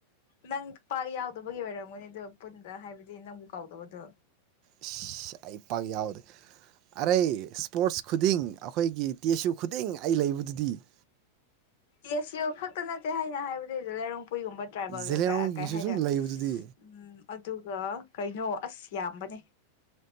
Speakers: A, on the left; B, on the right.
A: ꯅꯪ ꯄꯥꯛ ꯌꯥꯎꯗꯕꯒꯤ ꯑꯣꯏꯔꯝꯒꯅꯤ ꯑꯗꯨ ꯄꯨꯟꯗ ꯍꯥꯏꯕꯗꯤ ꯅꯪꯕꯨ ꯀꯧꯎꯗꯕꯗꯣ
B: ꯏꯁ ꯑꯩ ꯄꯥꯛ ꯌꯥꯎꯗꯦ ꯑꯔꯩ ꯏꯁꯄꯣꯔꯠꯁ ꯈꯨꯗꯤꯡ ꯑꯩꯈꯣꯏꯒꯤ ꯇꯦꯁꯨ ꯈꯨꯗꯤꯡ ꯑꯩ ꯂꯩꯕꯗꯨꯗꯤ <inaudible>
A: ꯇꯦꯁꯨꯏ ꯈꯛꯇ ꯅꯠꯇꯦ ꯍꯥꯏꯅ ꯍꯥꯏꯕꯗꯨꯗ ꯖꯦꯂꯦꯔꯣꯡ ꯑꯩꯈꯣꯏꯒꯨꯝꯕ ꯇ꯭ꯔꯥꯏꯕꯦꯜ
B: ꯖꯦꯂꯦꯔꯣꯡꯒꯤꯁꯨ
A: ꯑꯀꯩ ꯀꯩ ꯍꯥꯏꯗ꯭ꯔ
B: ꯁꯨꯝ ꯂꯩꯕꯗꯨꯗꯤ
A: ꯎꯝ ꯑꯗꯨꯒ ꯀꯩꯅꯣ ꯑꯁ ꯌꯥꯝꯕꯅꯦ